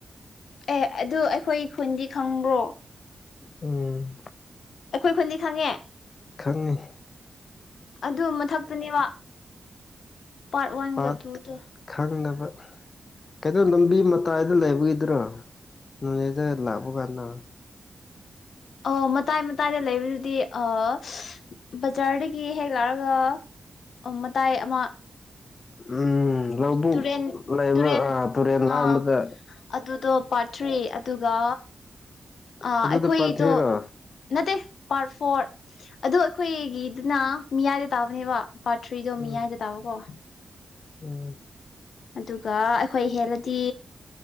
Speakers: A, on the left; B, on the left.
A: ꯑꯦ ꯑꯗꯨ ꯑꯩꯈꯣꯏ ꯈꯨꯟꯗꯤ ꯈꯪꯕ꯭ꯔꯣ
B: ꯎꯝ
A: ꯑꯩꯈꯣꯏ ꯈꯨꯟꯗꯤ ꯈꯪꯉꯦ
B: ꯈꯪꯉꯤ
A: ꯑꯗꯨ ꯃꯊꯛꯇꯅꯦꯕ ꯄꯥꯔꯠ ꯋꯥꯟꯒ
B: ꯄꯥꯠ
A: ꯇꯨꯗꯨ
B: ꯈꯪꯗꯕ ꯀꯩꯅꯣ ꯂꯨꯝꯕꯤ ꯃꯇꯥꯏ ꯂꯩꯕꯒꯤꯗ꯭ꯔꯣ ꯅꯣꯅꯦꯗ ꯂꯥꯛꯄ ꯀꯥꯟꯗ
A: ꯑ ꯃꯇꯥꯏ ꯃꯇꯥꯏꯗ ꯂꯩꯕꯗꯨꯗꯤ ꯑ ꯕꯖꯥꯔꯗꯒꯤ ꯍꯦꯛ ꯂꯥꯛꯑꯒ ꯑꯣ ꯃꯇꯥꯏ ꯑꯃ
B: ꯎꯝ ꯂꯧꯕꯨꯛ
A: ꯇꯨꯔꯦꯟ
B: ꯂꯩꯕ
A: ꯇꯨꯔꯦꯟ
B: ꯑ ꯇꯨꯔꯦꯟ ꯂꯥꯟꯕꯗ
A: ꯑꯥ ꯑꯗꯨꯗꯣ ꯄꯥꯔꯠ ꯊ꯭ꯔꯤ ꯑꯗꯨꯒ ꯑ
B: ꯑꯗꯨꯗ
A: ꯑꯩꯈꯣꯏꯗꯣ
B: ꯄꯥꯠ ꯊ꯭ꯔꯤꯔꯣ
A: ꯅꯠꯇꯦ ꯄꯥꯔꯠ ꯐꯣꯔ ꯑꯗꯣ ꯑꯩꯈꯣꯏꯒꯤꯗꯨꯅ ꯃꯤꯌꯥꯏꯗ ꯇꯥꯕꯅꯦꯕ ꯄꯥꯔꯊꯔ꯭ꯤꯗꯣ
B: ꯎꯝ
A: ꯃꯤꯌꯥꯏꯗ ꯇꯥꯕꯀꯣ
B: ꯎꯝ
A: ꯑꯗꯨꯒ ꯑꯩꯈꯣꯏ ꯍꯦꯜꯂꯗꯤ